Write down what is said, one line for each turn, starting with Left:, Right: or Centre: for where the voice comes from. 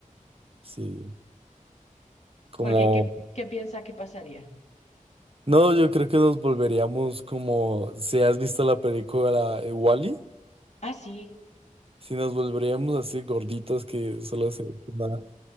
Right: sí, como,
Left: porque ¿qué, qué piensas que pasaría?
Right: no, yo creo que nos volveríamos como, si has visto la película Wally,
Left: Ah, sí.
Right: si nos volveríamos así gorditos que solo se van